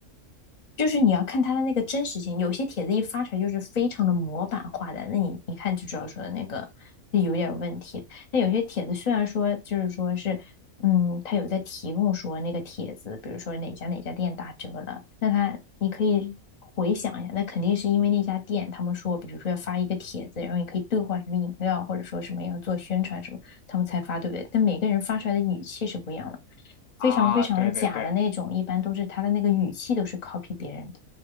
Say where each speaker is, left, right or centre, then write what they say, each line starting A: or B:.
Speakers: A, on the left; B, on the left.
A: 就是你要看他的那个真实性，有些帖子一发出来就是非常的模板化的，那你一看就知道说的那个那有点问题。那有些帖子虽然说就是说是，嗯，他有在提供说那个帖子，比如说哪家哪家店打折了，那他你可以回想一下，那肯定是因为那家店他们说，比如说要发一个帖子，然后你可以兑换什么饮料，或者说什么要做宣传什么，他们才发，对不对？但每个人发出来的语气是不一样的。
B: 啊。
A: 非常非常假的那种，
B: 对对对，
A: 一般都是他的那个语气都是 copy 别人的。